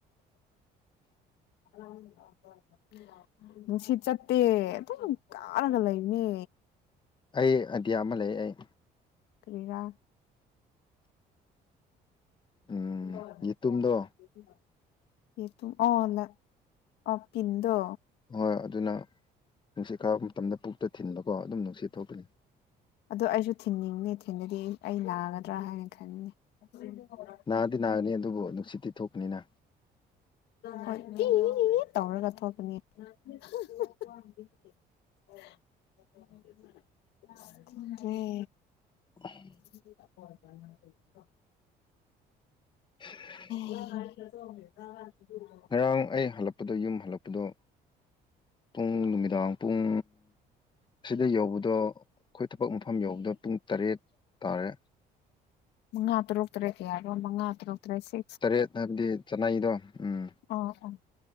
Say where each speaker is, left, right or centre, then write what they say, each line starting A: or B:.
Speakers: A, on the left; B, on the left.
A: <inaudible>
B: <unintelligible> ꯅꯨꯡꯁꯤꯠ ꯆꯠꯇꯦ ꯑꯗꯨꯝ ꯀꯥꯔꯒ ꯂꯩꯕꯅꯦ
A: ꯑꯩ ꯑꯗꯤꯌꯥ ꯑꯃ ꯂꯩ ꯑꯩ
B: ꯀꯔꯤꯔꯥ
A: ꯎꯝ
B: <unintelligible>
A: ꯌꯦꯇꯨꯝꯗꯣ
B: ꯌꯦꯇꯨꯝ <unintelligible> ꯑꯣ ꯄꯤꯟꯗꯣ
A: ꯍꯣꯏ ꯑꯗꯨꯅ ꯅꯨꯡꯁꯤꯠ ꯀꯥꯕ ꯃꯇꯝꯗ ꯄꯨꯛꯇꯥ ꯊꯤꯟꯕꯀꯣ ꯑꯗꯨꯝ ꯅꯨꯡꯁꯤꯠ ꯊꯣꯛꯀꯥꯅꯤ
B: ꯑꯗꯣ ꯑꯩꯁꯨ ꯊꯤꯟꯅꯤꯡꯉꯦ ꯊꯤꯟꯗꯗꯤ ꯑꯩ ꯑꯩ ꯅꯥꯒꯗ꯭ꯔꯥ ꯍꯥꯏꯅ ꯈꯟꯅꯤ <unintelligible>
A: ꯅꯥꯗꯤ ꯅꯥꯒꯅꯤ ꯑꯗꯨꯕꯨ ꯅꯨꯡꯁꯤꯠꯇꯤ ꯊꯣꯛꯄꯅꯤꯅ
B: ꯍꯣꯏ <unintelligible> ꯇꯧꯔꯒ ꯊꯣꯛꯀꯥꯅꯤ <unintelligible> ꯈꯪꯗ꯭ꯔꯦ
A: <unintelligible>
B: <unintelligible>
A: <unintelligible>
B: <unintelligible>
A: ꯉꯔꯥꯡ ꯑꯩ ꯍꯜꯂꯛꯄꯗ ꯌꯨꯝ ꯍꯜꯂꯛꯄꯗꯣ ꯄꯨꯡ ꯅꯨꯃꯤꯗꯥꯡ ꯄꯨꯡ ꯑꯁꯤꯗ ꯌꯧꯕꯗꯣ ꯑꯈꯣꯏ ꯊꯕꯛ ꯃꯐꯝ ꯌꯧꯕꯗꯣ ꯄꯨꯡ ꯇꯔꯦꯠ ꯇꯥꯔꯦ
B: ꯃꯉꯥ ꯇꯔꯨꯛ ꯇꯔꯦꯠ ꯌꯥꯔꯕ ꯃꯉꯥ ꯇꯔꯨꯛ ꯇꯔꯦꯠ ꯁꯤ
A: ꯇꯔꯦꯠ ꯍꯥꯏꯕꯗꯤ ꯆꯅꯥꯏꯗꯣ ꯎꯝ
B: ꯑꯣ ꯑꯣ